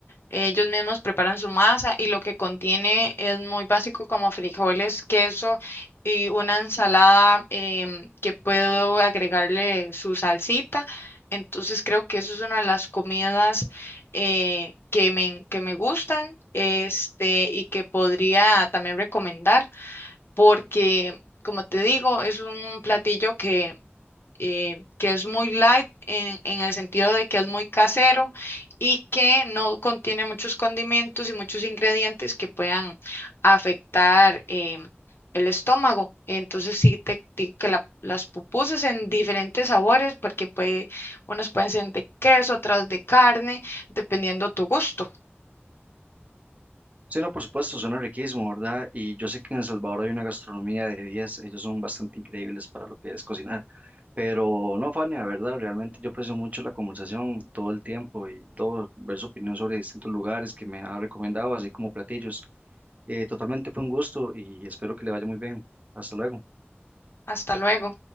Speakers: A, on the left (about 60°); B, on the right (about 35°).
A: ellos mismos preparan su masa y lo que contiene es muy básico como frijoles, queso y una ensalada em, que puedo agregarle su salsita. Entonces creo que eso es una de las comidas eh, que me, que me gustan, este, y que podría también recomendar porque, como te digo, es un platillo que, eh, que es muy light en, en el sentido de que es muy casero y que no contiene muchos condimentos y muchos ingredientes que puedan afectar eh, el estómago. Entonces sí te digo que la- las pupusas en diferentes sabores, porque puede, unas pueden ser de queso, otras de carne, dependiendo tu gusto.
B: Sí, no, por supuesto, suena riquísimo, ¿verdad? Y yo sé que en El Salvador hay una gastronomía de 10, ellos son bastante increíbles para lo que es cocinar. Pero no, Fanny, la verdad, realmente yo aprecio mucho la conversación todo el tiempo y todo, ver su opinión sobre distintos lugares que me ha recomendado, así como platillos. Eh, totalmente fue un gusto y espero que le vaya muy bien. Hasta luego.
A: Hasta luego.